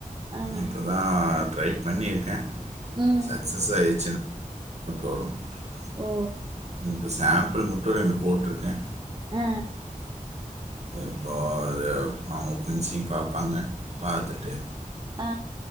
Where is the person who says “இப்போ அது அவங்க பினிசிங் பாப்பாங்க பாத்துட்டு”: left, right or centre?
Right